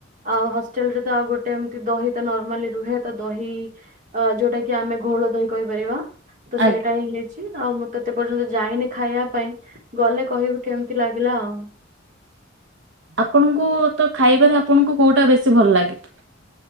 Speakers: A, on the right (about 40°); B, on the right (about 65°).
A: ଆଉ ହଷ୍ଟେଲ ରେ ତ ଆଉ ଗୋଟେ ଏମତି ଦହି ତ ନର୍ମାଲି ରୁହେ ତ ଦହି ଅ ଯୋଉଟା କି ଆମେ ଘୋଳ ଦହି କହିପାରିବା ତ
B: ଆଜ୍ଞା
A: ସେଇଟା ହିଁ ହେଇଛି ଆଉ ମୁଁ ଏତେ ପର୍ଯ୍ୟନ୍ତ ଯାଇନି। ଖାଇବା ପାଇଁ ଗଲେ କହିବୁ କେମତି ଲାଗିଲା ଆଉ।
B: ଆପଣଙ୍କୁ ତ ଖାଇବାରେ ଆପଣଙ୍କୁ କୋଉଟା ବେଶୀ ଭଲ ଲାଗେ?